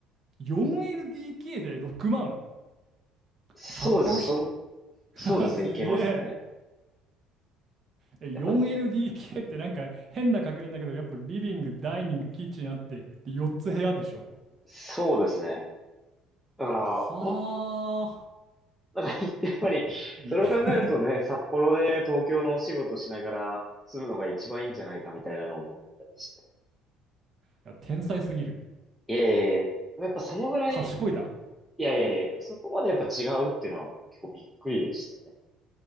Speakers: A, on the right; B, in the centre.
A: 4LDK で6万
B: そうです、
A: 札幌市で。
B: そん、
A: <laughs>
B: そうですね、
A: すげえ。
B: いけますね。
A: え、4LDK
B: やっぱ、
A: ってなんか変な確認だけど、やっぱリビング、ダイニング、キッチンあって、で、4つ部屋でしょ。
B: そうですね。だから、
A: はあ。
B: 本なんか、やっぱり、
A: びっくり。
B: それを考えるとね、
A: い
B: 札幌で東京のお仕事しながら住むのが一番いいんじゃないかみたいなのを思ったりして。
A: や、天才すぎる。
B: いやいやいややっぱそのぐらい、
A: 賢いだ。
B: いやいやいや、そこまでやっぱ違うっていうのは結構びっくりでしたね。